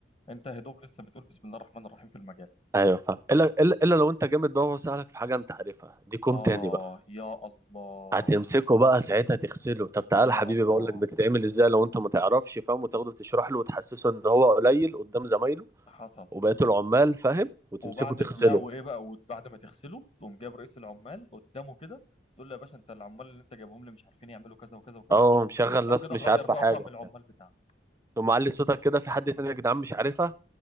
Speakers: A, on the left; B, on the right.
A: انت يا دوب لسه بتقول بسم الله الرحمن الرحيم في المجال
B: ايوه فاهم الا الا إلا لو انت جامد بقى وهو سألك في حاجه انت عارفها دي كوم
A: اه
B: تاني بقى
A: يا الله
B: هتمسكه بقى ساعتها تغسله طب تعالى
A: يا
B: يا حبيبي
A: الله
B: بقول لك بتتعمل ازاي لو انت ما تعرفش فاهم وتاخده تشرح له وتحسسه ان هو قليل قدام زمايله
A: حصل
B: وبقيه العمال فاهم وتمسكه
A: وبعد
B: تغسله
A: لا وايه بقى وبعد ما تغسله تقوم جايب رئيس العمال قدامه كده تقول له يا باشا انت العمال اللي انت جايبهم لي مش عارفين يعملوا كذا وكذا وكذا
B: اه
A: خلاص
B: مشغل
A: لو
B: ناس
A: كده
B: مش
A: غير
B: عارفه
A: بقى
B: حاجه
A: طقم
B: وبتاع
A: العمال بتاعك
B: تقوم معلي صوتك كده في حد تاني يا جدعان مش عارفها